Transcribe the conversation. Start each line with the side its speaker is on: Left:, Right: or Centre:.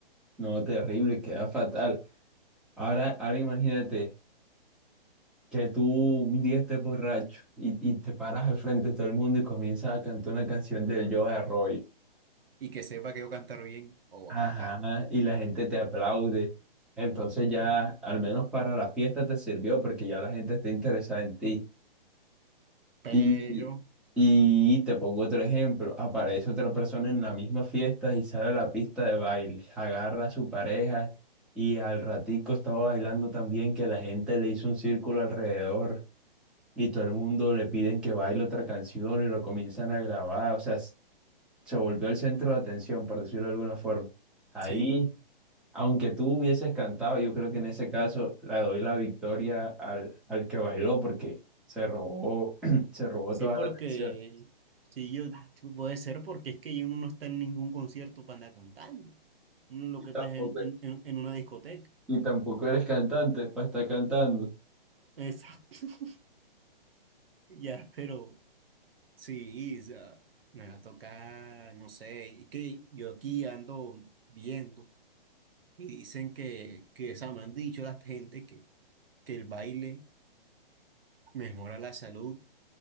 Centre: no, terrible, queda fatal. Ahora, ahora imagínate. que tú un día estés borracho y, y te paras al frente de todo el mundo y comienzas a cantar una canción del Joe Arroyo.
Right: y que sepa que yo cantar bien, o
Centre: Ajá,
Right: oh, bacán.
Centre: y la gente te aplaude. Entonces ya, al menos para la fiesta te sirvió porque ya la gente está interesada en ti.
Right: Pero,
Centre: Y, y te pongo otro ejemplo, aparece otra persona en la misma fiesta y sale a la pista de baile, agarra a su pareja y al ratico estaba bailando tan bien que la gente le hizo un círculo alrededor. y todo el mundo le piden que baile otra canción y lo comienzan a grabar, o sea, s- se volvió el centro de atención, por decirlo de alguna forma. Ahí,
Right: Sí,
Centre: aunque tú hubieses cantado, yo creo que en ese caso le doy la victoria al, al que bailó porque se robó, <clears throat> se robó
Right: sí,
Centre: toda
Right: porque
Centre: la atención.
Right: sí, yo puede ser porque es que uno no está en ningún concierto para andar cantando. Uno lo
Centre: Y
Right: que
Centre: tampoco,
Right: está es en, en, en en una discoteca.
Centre: y tampoco eres cantante para estar cantando.
Right: Exacto. <laughs> Ya, pero sí, o sea, me va a tocar, no sé, y que yo aquí ando viendo y dicen que, que o sea, me han dicho la gente que. que el baile mejora la salud